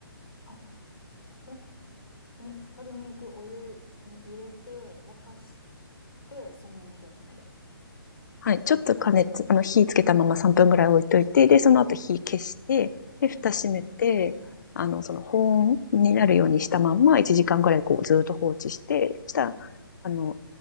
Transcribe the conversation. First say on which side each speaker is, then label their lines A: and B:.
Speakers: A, on the left; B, on the left.
A: あ、え、に、鶏肉お湯に入れて、沸かして、そのまま火を止める。
B: はい。ちょっと加熱、
A: はい。
B: あの火つけたまま3分ぐらい置いといて、で、その後火消して、
A: はい。
B: で、蓋閉めて、
A: うんうん。はい。
B: あの、その保温になるようにしたまんま1時間ぐらいこうずーっと放置して、
A: はい。
B: したら、あの、